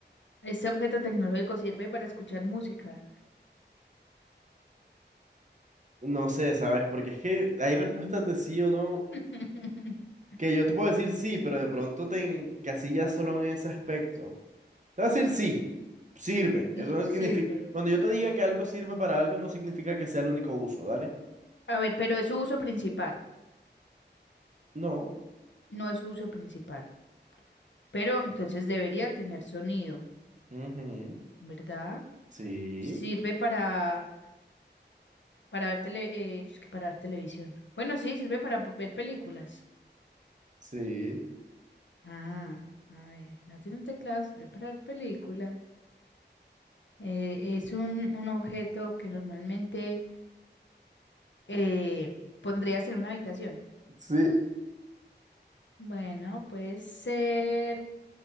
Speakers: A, on the left; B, on the right.
A: ¿Este objeto tecnológico sirve para escuchar música?
B: No sé, ¿sabes? Porque es que hay respuestas de sí o no
A: <laughs>
B: que yo te puedo decir sí, pero de pronto te encasillas solo en ese aspecto. Te voy a decir sí, sirve.
A: Sí,
B: Eso no significa...
A: sirve.
B: Cuando yo te diga que algo sirve para algo, no significa que sea el único uso, ¿dale?
A: A ver, pero es su uso principal.
B: No.
A: No es su uso principal, pero entonces debería tener sonido,
B: Ujú.
A: ¿verdad?
B: Sí,
A: Sirve para, para ver tele, eh, es que para ver televisión. Bueno, sí, sirve para po- ver películas.
B: sí.
A: Ah, a ver, no tiene teclado, sirve para ver películas. Eh, es un, un objeto que normalmente eh, pondrías en una habitación.
B: Sí,
A: Bueno, puede ser